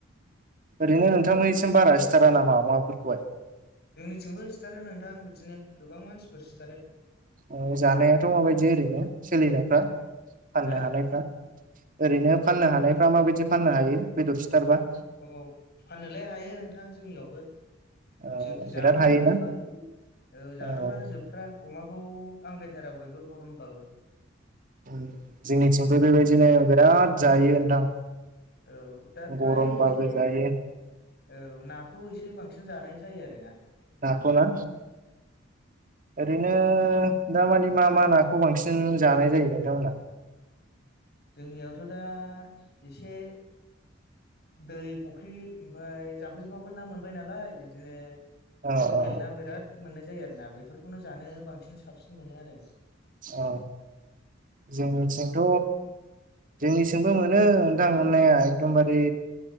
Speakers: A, on the right; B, on the left.
A: ओरैनो नोंथांमोननिसिम बारा सिथारा नामा अमाफोरखौहाय?
B: जोंनिथिंबो सिथारो नोंथां बिदिनो गोबां मानसिफोर सिथारो।
A: ओ जानायाथ' माबायदि ओरैनो सोलिनायफ्रा फाननो
B: हो
A: हानायफ्रा? ओरैनो फाननो हानायफ्रा माबायदि फाननो हायो बेदर सिथारबा?
B: औ फाननोलाय हायो नोंथां जोंनियावबो जाग्राफ्रानो
A: ओ बिराद हायोना
B: जोबालै औ जाग्राफ्रानो
A: ओ
B: जोबथ्रा अमा खौ आंगायथारा बयबो गरमबाबो
A: उम जोंनिथिंबो बेबायदिनो बिराद जायो नोंथां।
B: औ दा फ्राय
A: गरमबाबो
B: एसे
A: जायो
B: औ नाखौ एसे बांसिन जानाय जायो आरो ना।
A: नाखौ ना ओरैनो दामानि मा मा नाखौ बां- सिन जानाय जायो नोंथांमोनहा?
B: जोंनियावथ' दा इसे दै फुख्रि ओमफ्राय जाम्फैफ्रावबो ना मोनबाय नालाय बिदिनो
A: औ
B: लकेल
A: औ
B: ना बिराद मोननाय जायो आरोना बेफोरखौनो जानो बांसिन साबसिन मोनो आरो।
A: औ जोंनिथिंथ'
B: औ
A: जोंनिथिंमबो मोनो नोंथां मोननाया एकदमबारे